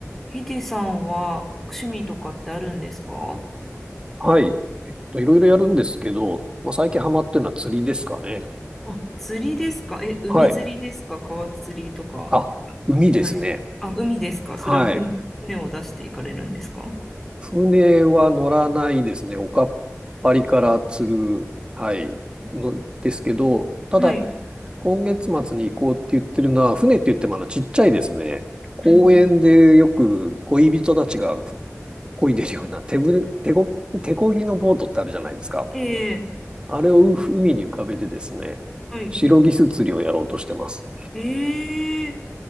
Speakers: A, in the centre; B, on the right.
A: ヒデさんは趣味とかってあるんですか
B: はい。といろいろやるんですけど、まあ、最近ハマってるのは釣りですかね。
A: あ、釣りですかえ、海釣りですか川釣りとか。
B: はい。あ、海ですね。
A: はい。あ、海ですかそれは船、
B: はい。
A: 船を出していかれるんですか
B: 船は乗らないですね。おかっぱりから釣る、はい、のですけど、ただ、
A: はい。
B: 今月末に行こうって言ってるのは、船って言ってもあの、ちっちゃいですね。公園でよく恋人たちがふ
A: うんうん。
B: 漕いでるような手ぶ、手こ、手漕ぎのボートってあるじゃないですか。
A: ええ
B: あれを海に浮かべてですね、
A: はい。
B: シロギス釣りをやろうとしてます。
A: ええ